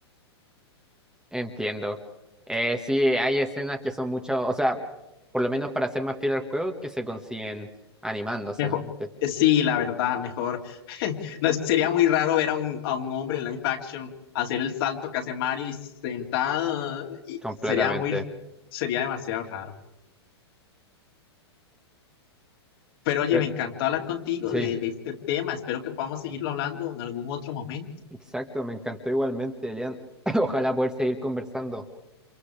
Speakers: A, in the centre; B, on the left.
A: entiendo. Eh, sí, hay escenas que son mucho, o sea, por lo menos para ser más fiel al juego, que se consiguen animando solamente,
B: Mejor, eh, sí, la verdad, mejor. <laughs> No, sería muy raro ver a un, a un hombre en live action hacer el salto que hace Mario y sentado. y
A: completamente.
B: sería muy, sería demasiado raro. Pero oye,
A: Pero-
B: me encantó hablar contigo
A: sí,
B: de, de este tema. Espero que podamos seguirlo hablando en algún otro momento.
A: exacto. Me encantó igualmente, Elian. <coughs> <clears throat> Ojalá poder seguir conversando.